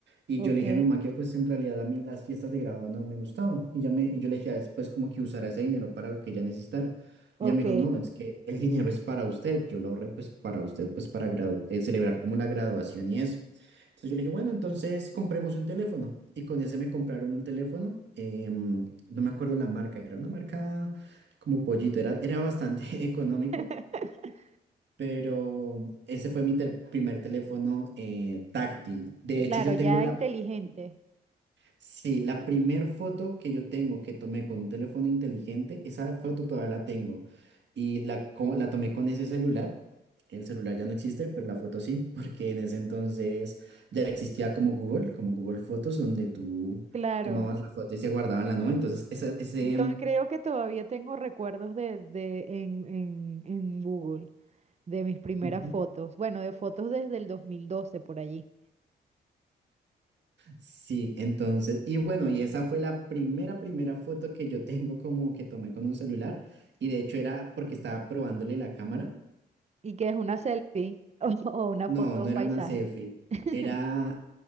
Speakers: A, on the right; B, on the right.
A: Y
B: ok,
A: yo le dije a mi mamá que pues en realidad a mí las fiestas de grado no me gustaban. Y, ya me, y yo le dije después como que usara ese dinero para lo que ella necesitara.
B: ok.
A: Y ella me dijo, no, es que el dinero es para usted, yo lo ahorré pues para usted, pues para gradu- eh, celebrar como la graduación y eso. Entonces yo le dije, bueno, entonces compremos un teléfono. Y con ese me compraron un teléfono, em, no me acuerdo la marca, era una marca como pollito, era, era bastante <laughs> económico,
B: <laughs>
A: pero ese fue mi ter- primer teléfono eh, táctil. De
B: Claro,
A: hecho, yo
B: ya
A: tengo la...
B: inteligente.
A: Sí, la primer foto que yo tengo que tomé con un teléfono inteligente, esa foto todavía la tengo. Y la, co- la tomé con ese celular. El celular ya no existe, pero la foto sí, porque en ese entonces ya existía como Google, como Google Fotos, donde tú
B: Claro.
A: tomabas la foto y se guardaba en la nube. Entonces, esa- ese...
B: Yo
A: mm,
B: creo que todavía tengo recuerdos de, de en, en, en Google de mis primeras
A: ujú,
B: fotos. Bueno, de fotos desde el 2012 por allí.
A: Sí, entonces, y bueno, y esa fue la primera, primera foto que yo tengo como que tomé con un celular. Y de hecho era porque estaba probándole la cámara.
B: Y que es una selfie <laughs> o, o una
A: No,
B: foto de
A: no
B: un
A: era
B: paisaje.
A: una selfie.
B: <laughs>
A: Era,